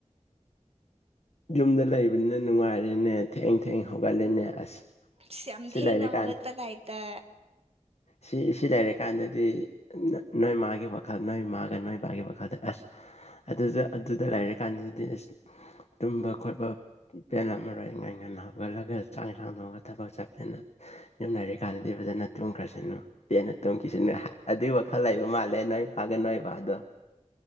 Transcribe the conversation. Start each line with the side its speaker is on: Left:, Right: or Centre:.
Left: ꯌꯨꯝꯗ ꯂꯩꯕꯅꯤꯅ ꯅꯨꯡꯉꯥꯏꯔꯦꯅꯦ ꯊꯦꯡ ꯊꯦꯡ ꯍꯧꯒꯠꯂꯦꯅꯦ ꯑꯁ
Right: ꯁꯤꯁ ꯌꯥꯝ
Left: ꯁꯤ
Right: ꯊꯦꯡꯅ
Left: ꯂꯩꯔꯀꯥꯟ
Right: ꯍꯧꯒꯠꯄ ꯇꯥꯏꯞꯇ
Left: ꯁꯤꯁꯤ ꯂꯩꯔꯀꯥꯟꯗꯗꯤ ꯅꯣꯏ ꯃꯥꯒꯤ ꯋꯥꯈꯜ ꯅꯣꯏ ꯃꯥꯒ ꯅꯣꯏ ꯕꯥꯒꯤ ꯋꯥꯈꯜꯗ ꯑꯁ ꯑꯗꯨꯖꯨ ꯑꯗꯨꯗ ꯂꯩꯔꯀꯥꯟꯗꯗꯤ ꯑꯁ ꯇꯨꯝꯕ ꯈꯣꯠꯄ ꯄꯦꯜꯂꯝ ꯃꯔꯣꯏ ꯉꯟ ꯉꯟꯅ ꯍꯧꯒꯠꯂꯒ ꯆꯥꯛ ꯏꯟꯁꯥꯡ ꯊꯣꯡꯉꯒ ꯊꯕꯛ ꯆꯥꯠꯄꯅꯤꯅ ꯌꯨꯝ ꯂꯩꯥꯔꯤ ꯀꯥꯟꯗꯗꯤ ꯐꯖꯅ ꯇꯨꯝꯈ꯭ꯔꯁꯅꯨ ꯄꯦꯅ ꯇꯨꯝꯈꯤꯁꯅꯨ ꯑꯗꯨꯒꯤ ꯋꯥꯈꯜ ꯂꯩꯕ ꯃꯥꯜꯂꯦ ꯅꯣꯏꯄꯥꯒ ꯅꯣꯏꯕꯥꯗꯣ